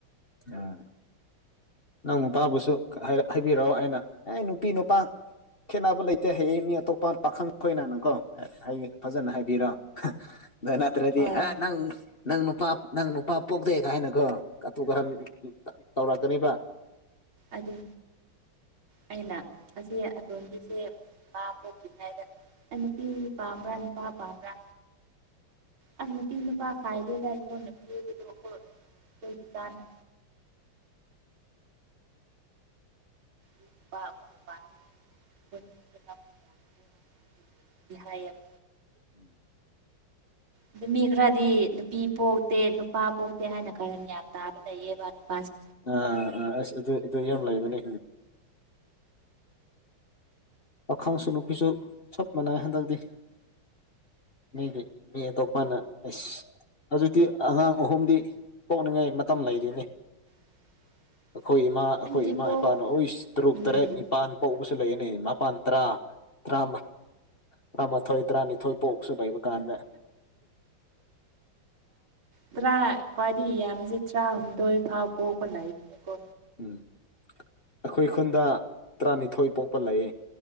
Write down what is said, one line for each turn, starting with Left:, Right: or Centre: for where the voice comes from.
Left: ꯑꯥ <unintelligible> <inaudible> ꯅꯪ ꯅꯨꯄꯥꯕꯨꯁꯨ ꯍꯥꯏꯕꯤꯔꯛꯑꯣ ꯑꯩꯅ ꯑꯦ ꯅꯨꯄꯤ ꯅꯨꯄꯥ ꯈꯦꯠꯅꯕ ꯂꯩꯇꯦ ꯍꯌꯦ ꯃꯤ ꯑꯇꯣꯞꯄ ꯄꯥꯈꯪ ꯈꯣꯏꯅꯅꯀꯣ ꯐꯖꯅ ꯍꯥꯏꯕꯤꯔꯣ ꯑꯗꯨꯗ ꯅꯠꯇ꯭ꯔꯗꯤ
Right: ꯍꯣꯏ
Left: ꯑꯦ ꯅꯪ ꯅꯪ ꯅꯨꯄꯥ ꯅꯪ ꯅꯨꯄꯥ ꯄꯣꯛꯇꯦ ꯀꯥꯏꯅꯈꯣꯨ ꯀꯍ ꯇꯧꯔꯛꯀꯅꯦꯕ
Right: ꯑꯗꯤ ꯑꯏꯩꯅ ꯑꯁꯤ ꯑꯗꯣꯟꯝꯒꯤꯁꯦ ꯄ ꯄꯣꯛꯇ ꯍꯥꯏꯗ ꯑ ꯅꯨꯄꯤ ꯄꯥꯝꯕ꯭ꯔꯥ ꯅꯨꯄꯥ ꯄꯥꯝꯕ꯭ꯔꯥ ꯑꯁ ꯅꯨꯄꯤꯤꯅ ꯄꯥ ꯈꯥꯏꯗꯗ ꯏꯁꯨꯅꯠꯇꯗ ꯂ ꯣꯏ ꯇꯅ <unintelligible> <inaudible> ꯌꯦ <unintelligible> <inaudible>
Left: ꯎꯝ <unintelligible> <inaudible>
Right: ꯑꯗꯨ ꯃꯤ ꯈꯔꯗꯤ ꯅꯨꯄꯤ ꯄꯣꯛ ꯄꯇꯦ ꯅꯨꯄꯥ ꯄꯣꯛꯇꯦ ꯍꯥꯏꯅ ꯀꯟ ꯌꯥꯝ ꯇꯥꯕ ꯂꯩꯌꯦꯕ ꯅꯨꯄꯥꯁꯤ
Left: ꯑꯥ ꯑꯥ ꯑꯁ ꯑꯗꯨ ꯑꯗꯨ ꯌꯥꯝ ꯂꯩꯕꯅꯤ ꯄꯥꯈꯥꯡꯁꯨ ꯅꯨꯄꯤꯁꯨ ꯆꯞ ꯃꯥꯟꯅꯩ ꯍꯟꯗꯛꯇꯤ ꯃꯤꯒꯤ ꯃꯤ ꯇꯣꯞꯄꯅ ꯑꯦꯁ ꯍꯧꯖꯤꯛꯇꯤ ꯑꯉꯥꯡ ꯑꯍꯨꯝꯗꯤ ꯄꯣꯛꯅꯤꯡꯉꯥꯏ ꯃꯇꯝ ꯂꯩꯔꯤꯅꯤ
Right: <unintelligible> <inaudible>
Left: ꯑꯩꯈꯣꯏ ꯏꯃꯥ ꯑꯩꯈꯣꯏ
Right: ꯅꯪꯗꯤ
Left: ꯏꯃꯥ
Right: ꯄꯣꯛ
Left: ꯏꯄꯥꯅ ꯑꯣꯏ ꯇꯔꯨꯛ
Right: ꯎꯝ
Left: ꯇꯔꯦꯠ ꯅꯤꯄꯥꯟ ꯀꯧꯕꯧꯕꯁꯨ ꯂꯩꯒꯅꯤ ꯏ ꯄꯟ ꯇ꯭ꯔꯥ ꯇꯥ ꯇꯔꯥꯃꯊꯣꯏ ꯇꯔꯥꯅꯤ ꯊꯣꯏ ꯄꯣꯛꯕꯁꯨ ꯂꯩꯩꯕ ꯀꯥꯟꯗ
Right: ꯇꯔꯥ ꯈ꯭ꯋꯥꯏꯗꯒꯤ ꯌꯥꯝꯃꯤꯁꯦ ꯇꯔꯥꯍꯨꯝꯗꯣꯏ ꯐꯥꯎ ꯄꯣꯛꯄ ꯂꯩꯔꯤꯅꯦꯀꯣ
Left: ꯎꯝ ꯑꯩꯈꯣꯏ ꯈꯨꯟꯗ ꯇꯔꯥꯅꯤꯊꯣꯏ ꯄꯣꯛꯄ ꯂꯩ